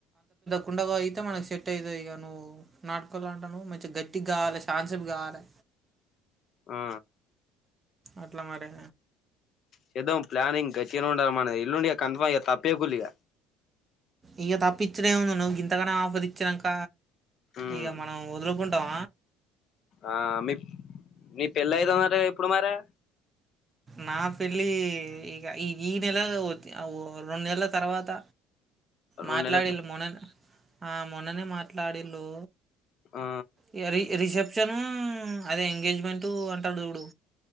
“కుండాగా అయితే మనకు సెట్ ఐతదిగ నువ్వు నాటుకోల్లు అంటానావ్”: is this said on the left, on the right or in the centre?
Right